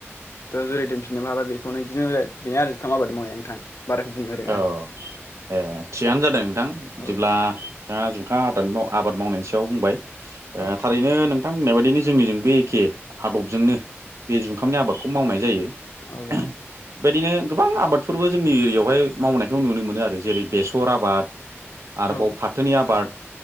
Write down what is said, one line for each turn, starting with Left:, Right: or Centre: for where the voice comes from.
Left: दा जेरै दोनफिननोबो हाबाय बेखौनो इदिनो बेनो आरो जुखाम आबाद मावनायआ नोंथां बाराखौ बुंनो रोङा
Right: औ
Left: आं
Right: ए थिगानो जादों नोंथां बिदिब्ला
Left: औ
Right: नोंथांआ जु नोंथाङा आबाद मावनायनि सायाव बुंबाय
Left: औ
Right: थारैनो नों नोंथाङा बुंनाय बायदिनो जोंनिजों बे एखे आदबजोंनो बे जुखामनि आबादखौ मावनाय जायो। बेबायदिनो
Left: औ
Right: गोबां आबादफोरबो जोंनि एरियाआवहाय मावनायखौ नुनो मोनो आरो जेरै बेसर आबाद आरबाव
Left: औ
Right: फाथोनि आबाद